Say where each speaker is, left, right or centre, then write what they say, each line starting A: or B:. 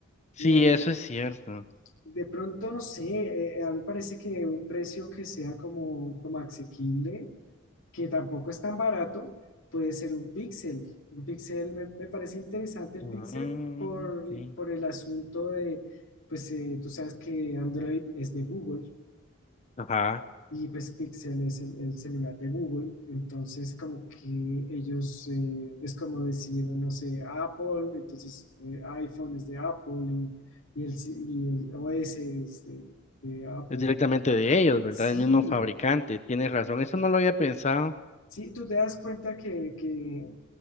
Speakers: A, on the left (about 35°); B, on the left (about 65°).
A: Sí,
B: Eh,
A: eso es cierto.
B: de pronto, no sé, eh, a mí me parece que un precio que sea como, como asequible, que tampoco es tan barato, puede ser un Pixel. Un Pixel, me, me parece interesante el
A: Mm,
B: Pixel por,
A: sí.
B: por el asunto de, pues eh, tú sabes que Android es de Google
A: Ajá,
B: Y pues Pixel es el, el celular de Google, entonces como que ellos, eh, es como decir, no sé, Apple, entonces eh, iPhone es de Apple y, y el, si- y el OS es de, de Apple.
A: es directamente de ellos, ¿verdad?
B: Sí,
A: El mismo fabricante, tienes razón, eso no lo había pensado.
B: sí, tú te das cuenta que, que,